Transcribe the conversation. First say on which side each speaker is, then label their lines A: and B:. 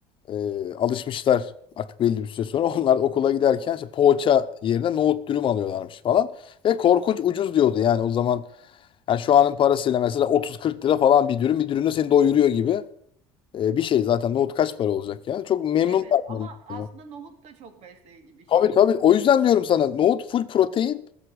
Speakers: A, on the left; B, on the right.
A: e, alışmışlar artık belli bir süre sonra. <laughs> Onlar okula giderken işte poğaça yerine nohut dürüm alıyorlarmış falan. Ve korkunç ucuz diyordu yani o zaman. Yani şu anın parasıyla mesela 30-40 lira falan bir dürüm. Bir dürümle seni doyuruyor gibi. E, bir şey zaten nohut kaç para olacak yani. Çok memnun
B: Evet
A: kaldım.
B: ama aslında
A: ondan.
B: nohut da çok besleyici bir şey
A: Tabii tabii. O yüzden diyorum sana nohut full protein.